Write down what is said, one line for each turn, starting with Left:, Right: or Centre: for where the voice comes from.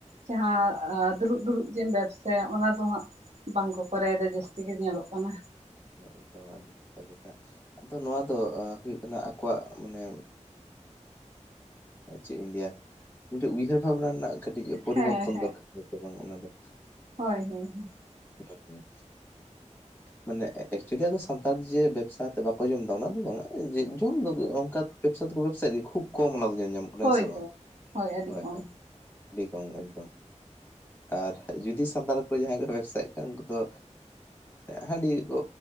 Right: ᱡᱟᱦᱟᱸ ᱫᱩᱲᱩᱵ ᱫᱩᱲᱩᱵ ᱡᱮᱢ ᱵᱮᱵᱥᱟᱭᱟ ᱚᱱᱟ ᱫᱚ ᱦᱟᱸᱜ ᱵᱟᱝᱠᱚ ᱠᱚᱨᱟᱣᱮᱫᱟ ᱡᱟᱹᱥᱛᱤ ᱜᱮ ᱧᱮᱞᱚᱜ ᱠᱟᱱᱟ᱾
Left: ᱱᱤᱛ ᱟᱹᱰᱤ ᱱᱟᱯᱟᱭ ᱠᱟᱛᱷᱟ ᱟᱫᱚ ᱱᱚᱣᱟ ᱫᱚ ᱦᱳᱭᱳᱜ ᱠᱟᱱᱟ ᱟᱠᱚᱣᱟᱜ ᱢᱟᱱᱮ ᱮᱸ ᱪᱮᱫ ᱤᱧ ᱞᱟᱹᱭᱟ ᱢᱤᱫᱴᱮᱱ ᱩᱭᱦᱟᱹᱨ ᱵᱷᱟᱵᱱᱟ ᱨᱮᱱᱟᱜ ᱠᱟᱹᱴᱤᱡ ᱯᱚᱨᱤᱵᱚᱨᱛᱚᱱ
Right: ᱦᱮᱸ ᱦᱮᱸ
Left: ᱫᱚᱨᱠᱟᱨ ᱥᱮ ᱚᱱᱟ ᱫᱚ᱾
Right: ᱦᱳᱭ ᱦᱳᱭ ᱦᱳᱭ᱾
Left: ᱦᱩᱸ ᱦᱩᱸ᱾ ᱢᱟᱱᱮ ᱮᱠᱪᱩᱭᱮᱞᱤ ᱟᱵᱚ ᱥᱟᱱᱛᱟᱲ ᱡᱮ ᱵᱮᱵᱽᱥᱟᱛᱮ ᱵᱟᱠᱚ ᱡᱚᱢ ᱮᱫᱟ ᱚᱱᱟ ᱫᱚ ᱵᱟᱝ᱾ ᱡᱮ ᱡᱚᱢ ᱫᱚ ᱚᱱᱠᱟ ᱵᱮᱵᱽᱥᱟ ᱫᱚᱠᱚ ᱵᱮᱵᱽᱥᱟᱮᱫ ᱜᱮ ᱠᱷᱩᱵ ᱠᱚᱢ ᱚᱱᱟ ᱫᱚ ᱧᱮᱞ ᱧᱟᱢᱚᱜ ᱵᱟᱰᱟᱭ
Right: ᱦᱳᱭ
Left: ᱥᱮ ᱵᱟᱝ
Right: ᱦᱳᱭ ᱟᱹᱰᱤ
Left: ᱦᱳᱭ
Right: ᱠᱚᱢ
Left: ᱦᱳᱭ ᱟᱹᱰᱤ ᱠᱚᱢ ᱮᱠᱫᱚᱢ᱾ ᱟᱨ ᱡᱩᱫᱤ ᱥᱟᱱᱛᱟᱲ ᱠᱚ ᱡᱟᱦᱟᱸᱭ ᱠᱚ ᱵᱮᱵᱥᱟᱭᱮᱜ ᱠᱷᱟᱱ ᱩᱱᱠᱩ ᱫᱚ ᱦᱟᱺᱰᱤ ᱠᱚ᱾